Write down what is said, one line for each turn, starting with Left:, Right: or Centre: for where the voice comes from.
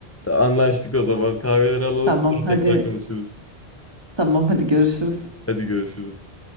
Left: Anlaştık o zaman. Kahveleri alalım
Right: Tamam
Left: sonra
Right: hadi
Left: tekrar konuşuruz.
Right: tamam hadi görüşürüz.
Left: Hadi görüşürüz.